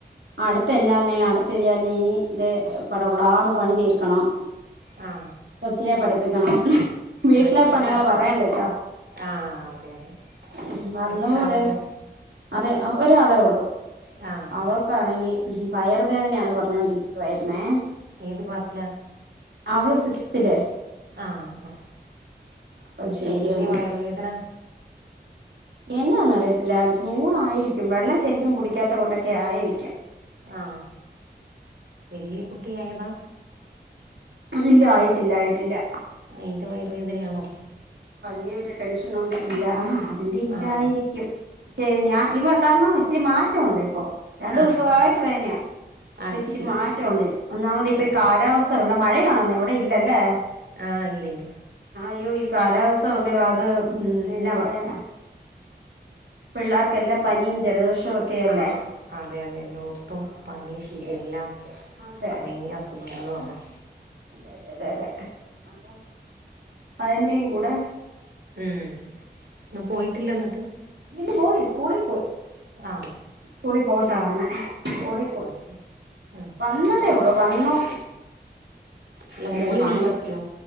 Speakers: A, on the right; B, on the right.
A: അടു തന്നന്നെ അടുത്ത് ഞാനിനി ഇത് പടപാടാന് പണി തീർക്കണം
B: ആ
A: കൊച്നെ പഠിപ്പിക്കണം വീട്ട്ലെ
B: ആ ശരി
A: പണികള്
B: എത്ര
A: പറയണ്ടല്ലോ
B: ആ അതെ അതെ
A: ഉം വന്നു
B: എത്ര ആളുണ്ട്
A: തെ അത് ആ ഒരാളെ ഉള്ളു
B: ആ ആ.
A: അവൾക്കാണങ്കി വയറുവേദനയാന്ന് പറഞ്ഞൊണ്ടിരിക്കുവാര്ന്നേ
B: ഏത് ക്ലാസ്സിലാ
A: അവള് സിക്സ്ത്തില്
B: ആഹ്
A: അപ്പൊ
B: ഉം
A: ശരിയെന്ന്
B: ശെരി എന്തിവയറുവേദന
A: എന്നാന്നറിയത്തില്ല ചൂടായ്രിക്കും വെള്ളം ശെരിക്കും കുടിക്കാത്തകൊണ്ടൊക്കെ ആയിരിക്കും
B: ആ വെല്യ കുട്ടി ആയത
A: ഇല്ല ആയിട്ടില്ലായിട്ടില്ല
B: അയിന്റ വയ വേദനയാണോ
A: ഈ ഒരു ടെൻഷന് ഒണ്ട് ഇല്ല ആ ന്റെ ഇല്ലായിരിക്കും
B: ആഹ്
A: ശെരി ഞാ ഇവ കാരണം ഇച്ചിരി മാറ്റൊണ്ടിപ്പോ രണ്ടു
B: ആഹ്
A: ദുസവായ്ട്ട്
B: ആഹ്
A: വേനയാ ഇപ്പ
B: അത്
A: ഇച്ചിരി
B: ശരി
A: മാറ്റവൊണ്ട് ഒന്നാമത് ഇപ്പി
B: ആഹ്
A: കാലാവസ് <unintelligible> മഴയാണോന്നെ അവ്ടെ ഇല്ലല്ലേ
B: ആ ഇല്ലില്ല
A: അയ്യോ ഈ കാലാവസ്ഥ കൊണ്ട്അത് ഉ എന്നാ പറയാനാ പിള്ളേർക്കെല്ലാം പനിയും ജലദോഷവും ഒക്കെയല്ലേ
B: ആ അതെ അതെ എല്ലോട്ത്തും
A: ആഹ്
B: പനി ഷിഗല്ല
A: അതെ
B: പനിം അസുഖങ്ങളുവ ആ
A: അതെ അതെ അതെ അതെ അപ്പം അയ്ന്റെയും കൂടെ
B: ഉം ഇന്ന് പോയ്ട്ടില്ലന്നിട്ട്
A: ഇന്ന് പോയി സ്കൂള പോയി
B: ആ
A: കുളി പോട്ട വന്നെ ഒളിപ്പോ
B: ശരി ഉം
A: വന്നതേ എള വന്നു
B: ഇല്ല
A: ശരി
B: മോള്
A: പണി
B: ലീവ് ആക്കിയോ